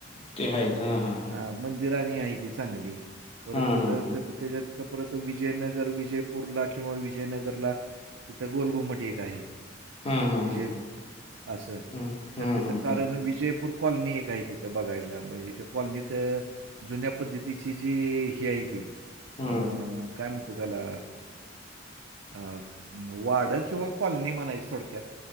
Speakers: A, on the left; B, on the right.
A: ते आहेच. हा हा हा.
B: मंदिरआणि हायती चांगली परत
A: हा
B: तिथ
A: हा
B: त्याच्यात तिथ परत विजयनगर विजयपूरला किंवा विजयनगरला तिथं गोलघुमट एक आहे.
A: हा हा हा
B: विजय
A: हा हा
B: अससर
A: हम्म हम्म
B: तर तिथं
A: हम्म
B: कारण
A: हम्म
B: विजयपूर कॉलनी एक आहे तिथं बघायला म्हणजे त्या कॉलनीत. जुन्या पद्धतीची जी ही आहे ती
A: हम्म
B: अ काय म्हणतो त्याला. अ वाड किंवा कॉलनी म्हणायची थोडक्यात